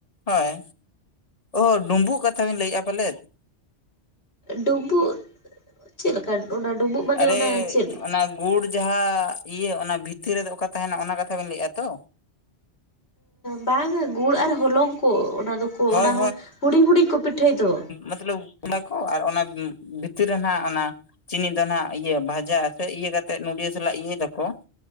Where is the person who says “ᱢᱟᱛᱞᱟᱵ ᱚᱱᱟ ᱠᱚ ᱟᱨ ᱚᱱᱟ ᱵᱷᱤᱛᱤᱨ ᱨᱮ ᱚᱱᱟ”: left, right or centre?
Left